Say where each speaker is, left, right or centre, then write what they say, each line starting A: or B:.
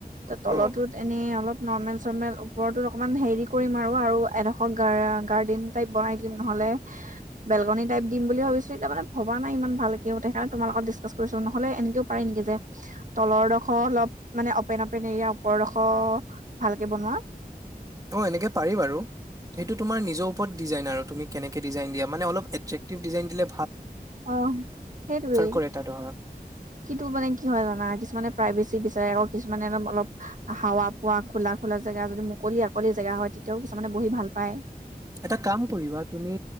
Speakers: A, on the right; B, on the right.
A: তাত তলতো
B: অ
A: এনেই অলপ নৰ্মেল চৰ্মেল ওপৰতো অলপমান হেৰি কৰিম আৰু এডোখৰ গাৰৰ্ডেন টাইপ বনাই দিম নহলে বেলকনী টাইপ দিম বুলি ভাবিছোতিাৰ মানে ভবা নাই ইমান ভালক সেইকাৰণে তোমালত ডিছকাচ কৰিছো নহলে এনেকেও পাৰে নেকি যে তলৰডখৰ অলপ মানে অপেন অপেন এৰিয়া ওপৰডোখৰ ভালকে বনোৱা
B: অ এনেকে পাৰি বাৰু সেইটো তোমাৰ নিজৰ ওপৰত ডিজাইন আৰু তুমি কেকে ডিাইন দা মান অল এট্ৰটিভ ডিাইন দেলে
A: অ সেইটোৱেই
B: কৰে এটা ধৰা
A: কিন্তু মানে কি হয় জানা কিছুমানে প্ৰাইভেচিলী বিচাৰে আকৌ কিছুমান মানে অ অলপ হাৱা পোৱা খোলা খোলা জেগা যদি মুকলি অকলি জেগা হয় তেতিয়াও কিছমানে বহি ভাল পায়
B: এটা কাম কৰিবা তুমি